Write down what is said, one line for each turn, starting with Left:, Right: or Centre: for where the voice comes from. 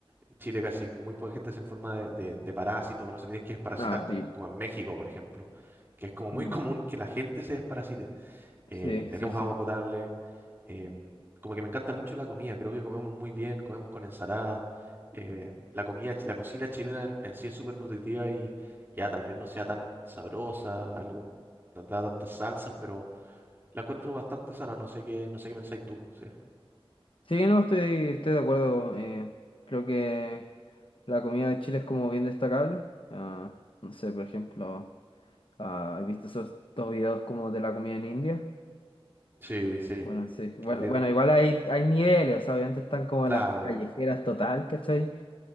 Right: en Chile casi muy poca gente se enferma de, de, de parásitos, no se tienen que desparasitar,
Left: ah,
Right: como,
Left: sí.
Right: como en México, por ejemplo, que es como muy
Left: Mm,
Right: común que la gente se desparasite. Eh,
Left: sí,
Right: tenemos
Left: sí, sí.
Right: agua potable, Em, como que me encanta mucho la comida, creo que comemos muy bien, comemos con ensaladas. eh, la comida, chi- la cocina chilena en, en sí es súper nutritiva y ya tal vez no sea tan sabrosa, algo, no da tantas salsas, pero la encuentro bastante sana, no sé qué, no sé qué pensáis tú, sí.
Left: Sí, no, estoy, estoy de acuerdo. eh, creo que la comida de Chile es como bien destacable. Ah, no sé, por ejemplo, ah, ¿has visto esos dos videos como de la comida en India?
Right: Sí, sí.
Left: Bueno, sí. Bueno,
Right: Que no tiene,
Left: bueno, igual hay, hay niveles, o sea, obviamente están como
Right: claro,
Left: las callejeras total, ¿cachai?